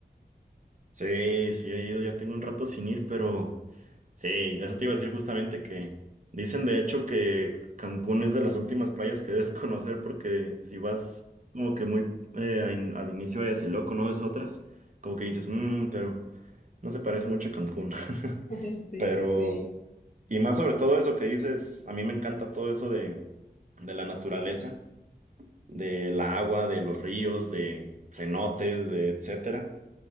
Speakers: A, on the right; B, on the left.
A: Sí, sí he ido, ya tengo un rato sin ir, pero... Sí, eso te iba a decir justamente que dicen de hecho que Cancún es de las últimas playas que <laughs> debes conocer porque si vas como que muy eh, a in- al inicio de Loco, conoces otras, como que dices, mmm, pero no se parece mucho a Cancún. <laughs>
B: <laughs> Sí,
A: Pero,
B: sí, sí.
A: y más sobre todo eso que dices, a mí me encanta todo eso de, de la naturaleza, del agua, de los ríos, de cenotes, de etcétera.